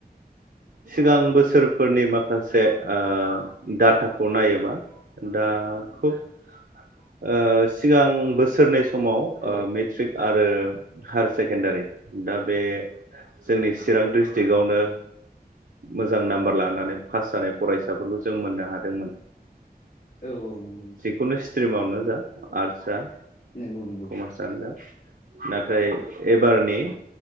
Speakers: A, on the right; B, on the left.
A: सिगां बोसोरफोरनि
B: औ
A: माखासे ओ डाटाखौ नायोबा दा खुब ओ सिगां बोसोरनै समाव ओ
B: औ
A: मेट्रिक आरो हायार सेकेण्डारि दा बे जोंनि चिरां डिस्ट्रिकआवनो मोजां नाम्बार लानानै पास जानाय फरायसाफोरखौ जों मोननो हादोंमोन।
B: औ औ नंगौ नोंथां
A: जिखुनु स्ट्रिमावनो जा आर्टस जा
B: नंगौ नंगौ
A: कमार्सआनो जा नाथाय एबारनि